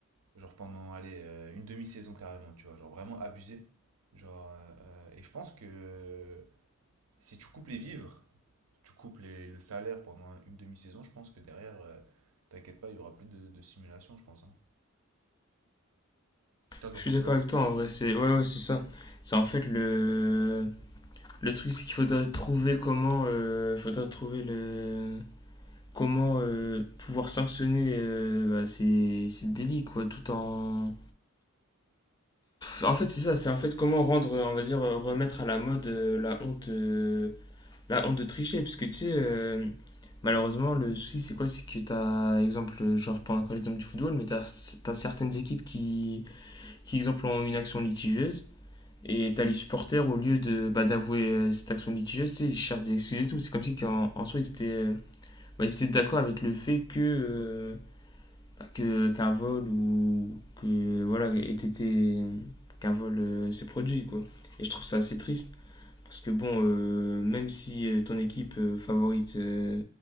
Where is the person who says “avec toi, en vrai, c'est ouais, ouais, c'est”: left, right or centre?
Left